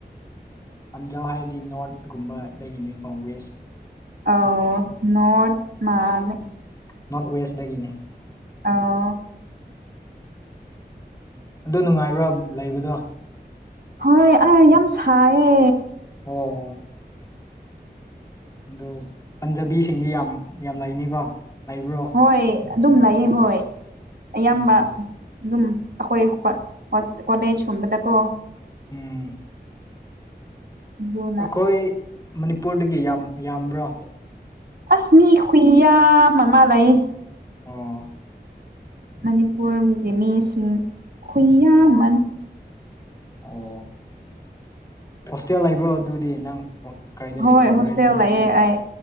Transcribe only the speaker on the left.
ꯄꯟꯖꯥꯞ ꯍꯥꯏꯔꯗꯤ ꯅꯣꯔꯠꯒꯨꯝꯕꯗꯒꯤꯅꯤꯀꯣ ꯋꯦꯁ
ꯑꯣ
ꯅꯣꯔꯠ ꯋꯦꯁꯗꯒꯤꯅꯦ
ꯑꯗꯨ ꯅꯨꯡꯉꯥꯏꯕ꯭ꯔꯥ ꯂꯩꯕꯗꯣ
ꯑꯣ ꯑꯗꯨ ꯄꯟꯖꯥꯕꯤꯁꯤꯡꯗꯤ ꯌꯥꯝ ꯌꯥꯝ ꯂꯩꯅꯤꯀꯣ ꯂꯩꯕ꯭ꯔꯣ
ꯎꯝ
ꯎꯝ
ꯑꯩꯈꯣꯏ ꯃꯅꯤꯄꯨꯔꯗꯒꯤ ꯌꯥꯝ ꯌꯥꯝꯕ꯭ꯔꯥ
ꯑꯣ
ꯑꯣ
ꯑꯣ ꯍꯣꯁꯇꯦꯜ ꯂꯩꯕ꯭ꯔꯣ ꯑꯗꯨꯗꯤ ꯅꯪ ꯀꯥꯏꯗ
ꯂꯩꯕ꯭ꯔꯣ
ꯔꯦꯟꯗ
ꯂꯩꯕ꯭ꯔꯣ